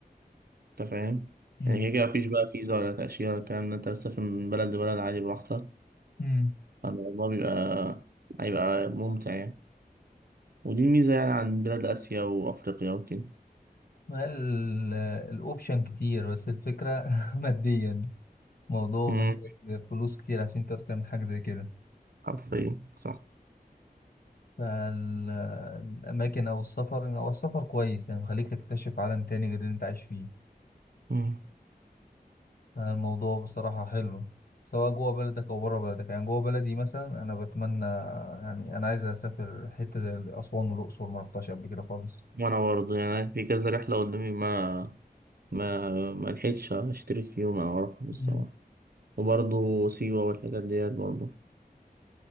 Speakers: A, on the right; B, on the left.
A: أنت فاهم
B: مم.
A: يعني كده كده مفيش بقى فيزا ولا تأشيرة الكلام ده أنت بتسافر من بلد لبلد عادي براحتك
B: مم.
A: فالموضوع بيبقى هيبقى ممتع يعني ودي ميزة يعني عن بلاد آسيا وأفريقيا وكده
B: ال- الأوبشن كتير بس الفكرة <laughs> ماديا موضوع
A: امم
B: محتاج فلوس كتير عشان تقدر تعمل حاجة زي كده
A: حرفيا صح
B: فالأماكن أو السفر أو السفر كويس يعني بيخليك تكتشف عالم تاني غير اللي أنت عايش فيه
A: امم
B: فالموضوع بصراحة حلو سواء جوه بلدك أو بره بلدك يعني جوه بلدي مثلا أنا بتمنى يعني أنا عايز أسافر حتة زي أسوان والأقصر ما رحتهاش قبل كده خالص
A: وأنا برضه يعني في كذا رحلة قدامي ما ما ما لحقتش أشترك فيهم أو أروح بصراحة
B: مم.
A: وبرضه سيوة والحاجات ديت برضه